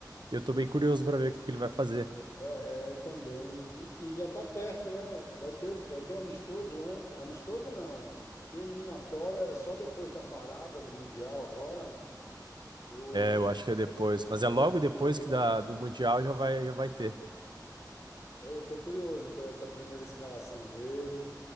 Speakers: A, on the right; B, on the left.
A: Eu tô bem curioso para ver o que, que ele vai fazer.
B: É, é, eu também. E, e já está perto, né? Vai ter, vai ter um amistoso antes. Amistoso não. Tem eliminatória, é só depois da parada do Mundial agora. O,
A: É, eu acho que é depois, mas é
B: é
A: logo
B: depois,
A: depois
B: né?
A: que da, do Mundial já vai, já vai ter.
B: Eu estou curioso para essa primeira escalação dele,